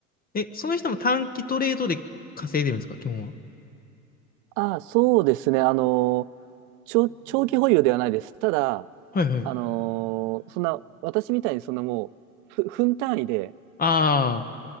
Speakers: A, on the left; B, on the right.
A: え、その人も短期トレードで稼いでるんですか、基本は。
B: ああ、そうですね。あの、長、長期保有ではないです。ただ、
A: はいはい。
B: あの、そんな、私みたいにそんなもう、ふ、分単位で
A: あ